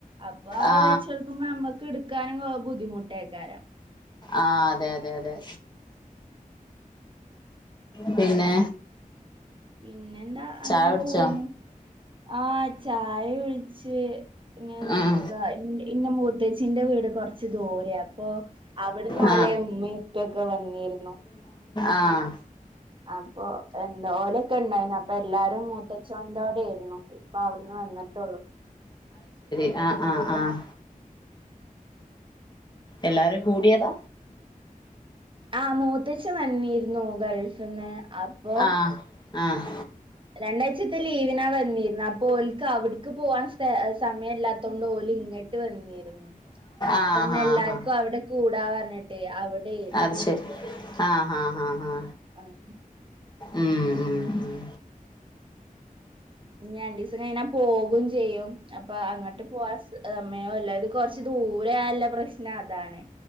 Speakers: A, on the right; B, on the left.
A: അപ്പൊ അത്
B: ആ
A: വെച്ചൊടുക്കുമ്പോ ഞമ്മക്ക് എടുക്കാനും ബുദ്ധിമുട്ടേക്കാരം.
B: ആ അതെ, അതെ, അതെ. പിന്നെ
A: പിന്നെന്താ അങ്ങനെ
B: ചായ കുടിച്ചോ
A: പോവുന്നു. ആഹ് ചായ ഒഴിച്ച്. ഇങ്ങന നിക്ക
B: ഉം
A: ഇന്റെ മൂത്തച്ചിന്റെ വീട് കൊറച്ച് ദൂരെ അപ്പൊ. അവിടന്ന്
B: ആ
A: ഓലെ ഉമ്മെ ഉപ്പൊക്കെ വന്നിരുന്നു.
B: ആഹ്
A: അപ്പൊ എന്താ ഓലൊക്കെ ഉണ്ടായി. അപ്പ എല്ലാരും മൂത്തച്ചോണ്ടോടെ ആയിരുന്നു ഇപ്പ അവിടുന്ന് വന്നിട്ടുള്ളു.
B: ആ ആ ആഹ്. എല്ലാരും കൂടിയതാ.
A: ആ മൂത്തച്ചൻ വന്നിരുന്നു ഗൾഫിന്ന് അപ്പൊ
B: ആഹ് ആഹ്
A: രണ്ടാഴ്ചത്തെ ലീവിനാ വന്നിരുന്നെ അപ്പൊ ഓൽക്ക് അവിടക്ക് പോവാൻ സമയമല്ലാത്തോണ്ട് ഓല് ഇങ്ങട്ട് ട്ട് വന്നിരുന്നു
B: ആഹ്
A: അപ്പൊന്ന് എല്ലാർക്കും
B: ആഹ്
A: അവിടെ കൂടാ പറഞ്ഞിട്ടേ അവിടെയിരുന്നു.
B: അത് ശരി ആഹ് ഹാ ഹാ ഹാ
A: ആഹ്
B: ഉം ഉം ഉം
A: ഞ്ഞ് രണ്ടീസം കയിനാ പോകും ചെയ്യും അപ്പൊ അങ്ങട്ട് പോവാ സമയോ ഇല്ല ഇത് കൊറ്ച്ച് ദൂരെ ആയാല്ല പ്രശ്നം അതാണ്.